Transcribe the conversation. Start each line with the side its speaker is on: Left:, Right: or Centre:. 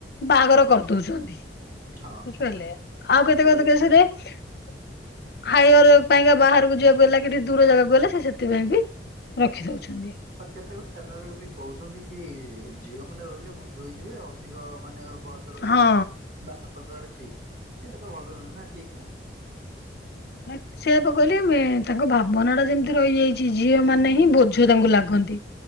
Left: ବାହାଘର କରିଦୋଉଚନ୍ତି
Right: ହଁ
Left: ବୁଝିପାଇଲେ? ଆଉ କେତେ
Right: ସେଟା
Left: କେତେ
Right: ତ
Left: କେସ୍
Right: ଠିକ
Left: ରେ ତେ
Right: ହଁ
Left: ହାୟର୍ ପାଇଁକା ବାହାରୁକୁ ଯିବାକୁ ହେଲା କି ଟି ଦୂର ଜାଗାକୁ ହେଲା ସେ ସେଥିପାଇଁ ବି
Right: ଆ।
Left: ରଖି ଦଉଛନ୍ତି
Right: ଆଉ କେତେକ ସ୍ଥାନରେ ବି କହୁଛନ୍ତି କି ଝିଅମାନେ ରହିଲେ ବୋଝ ହେଇଯିବେ ଅଧିକ ମାନେ ବୟସ୍ ତ ରହିଲେ
Left: ହଁ
Right: ବାଟା କରଦବାଟା ଠିକ୍ ଏଇଟା ତ ଭଲ ନୁହେଁ ନାଁ ଠିକ୍ ନୁହେଁ।
Left: ମେପ୍ ସେଇଆ ପା କହିଲି ମେ ତାଙ୍କ ଭାବନାଟା ଯେମତି ରହିଯାଇ ଚି ଝିଅମାନେ ହିଁ
Right: ହୁଁ
Left: ବୋଝ ତାଙ୍କୁ ଲାଗନ୍ତି